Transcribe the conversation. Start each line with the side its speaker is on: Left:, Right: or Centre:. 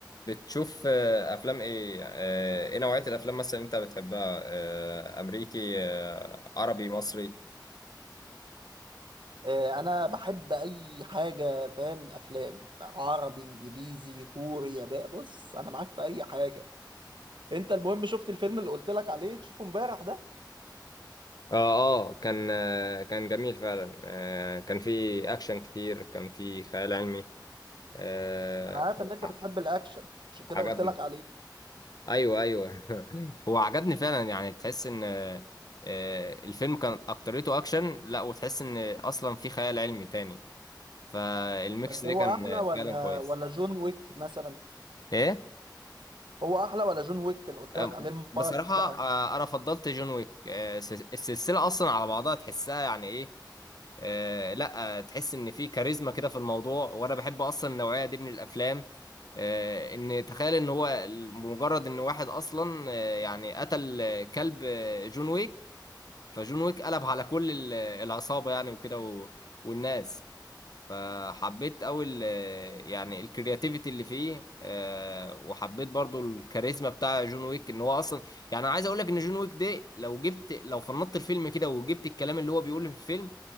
Left: بتشوف آه، افلام ايه آه، ايه نوعية الافلام مثلا انت بتحبها آه، امريكي آه، عربي مصري
Right: آه، انا بحب اي حاجه فاهم افلام عربي انجليزي كوري ياباني بص انا معاك في اي حاجه انت المهم شفت الفيلم اللي قلت لك عليه تشوفه امبارح ده
Left: اه اه كان آه كان جميل فعلا آه كان في اكشن كتير كان في خيال علمي آه
Right: انا عارف ان انت
Left: ع-
Right: بتحب الاكشن عشان كده
Left: عجبني
Right: قلت لك عليه
Left: ايوه ايوه <laughs> هو عجبني فعلا يعني تحس ان آه آه، الفيلم كان اكتريته اكشن لا وتحس ان اصلا في خيال علمي تاني فالميكس
Right: بس
Left: ده
Right: هو
Left: كان
Right: احلى
Left: آه،
Right: ولا
Left: فعلا كويس
Right: ولا جون ويك مثلا
Left: ايه
Right: هو احلى ولا جون ويك اللي قلت
Left: أم-
Right: لك عليه المره
Left: بصراحة
Right: اللي قبلها
Left: آه، أنا فضلت جون ويك آه، الس- السلسلة أصلا على بعضها تحسها يعني إيه آه، لا آه، تحس إن في كاريزما كده في الموضوع وأنا بحب أصلا النوعية دي من الأفلام آه، إن تخيل إن هو ال- مجرد إن واحد أصلا آه، يعني قتل آه، كلب آه، جون ويك فجون ويك قلب على كل ال- العصابة يعني وكده و- والناس فحبيت قوي ال- يعني الكرياتيفيتي اللي فيه آه، وحبيت برضو الكاريزما بتاع جون ويك ان هو اصلا يعني أنا عايز اقول لك ان جون ويك ده لو جبت لو فنطت الفيلم كده وجبت الكلام اللي هو بيقوله في الفيلم